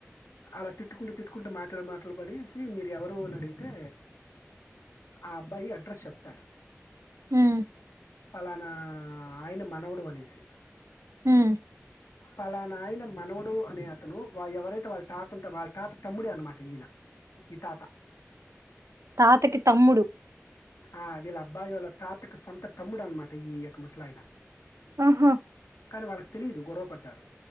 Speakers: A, on the left (about 80°); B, on the right (about 85°).
A: అలా తిట్టుకుంటూ తిట్టుకుంటూ మాట్లాడి మాట్లాబడేసి మీరు ఎవరు అని అడిగితే ఆ అబ్బాయి అడ్రస్ చెప్తాడు
B: హ్మ్
A: పలానా ఆయన మనవుడు అనేసి
B: ఉమ్
A: పలా నాయన మనవడు అని తను ఎవరైతే వాళ్ళ తాత ఉంటేో వాళ్ళ తాత తమ్ముడి అనమాట ఈయన ఈ తాత
B: తాతకి తమ్ముడు
A: ఆ వీళ్ళ అబ్బాయి వాళ్ళ తాతకు సొంత తమ్ముడు అనమాట ఈ యొక్క ముసలాయిన
B: ఆహా
A: కానీ వాళ్ళకి తెలీయదు గొడవ పడ్డారు